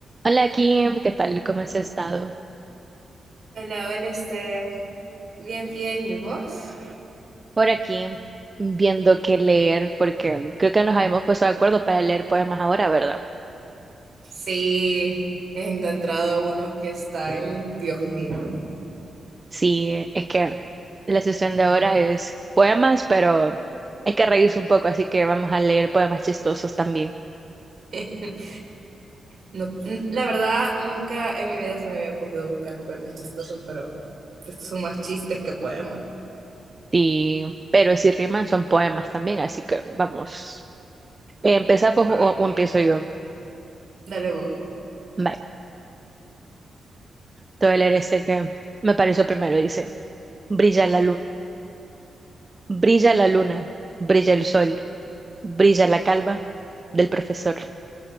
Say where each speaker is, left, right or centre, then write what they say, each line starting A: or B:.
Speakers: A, on the right (about 35°); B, on the right (about 65°).
A: Hola Kim, ¿qué tal? ¿Cómo has estado?
B: Hola, hola Steph. Bien, bien, ¿y vos?
A: Por aquí, viendo qué leer, porque creo que nos habíamos puesto de acuerdo para leer poemas ahora, ¿verdad?
B: Sí, he encontrado unos que están, Dios mío.
A: Sí, es que la sesión de ahora es poemas, pero hay que reírse un poco, así que vamos a leer poemas chistosos también.
B: <laughs> No, n- la verdad, nunca en mi vida se me había ocurrido buscar poemas chistosos, pero estos son más chistes que poemas.
A: Y, pero si riman son poemas también, así que vamos. ¿Empezamos
B: Vaya,
A: o, o empiezo yo?
B: dale vos.
A: Vale, te voy a leer este que me pareció primero. Dice, brilla la luna, brilla la luna, brilla el sol, brilla la calma del profesor.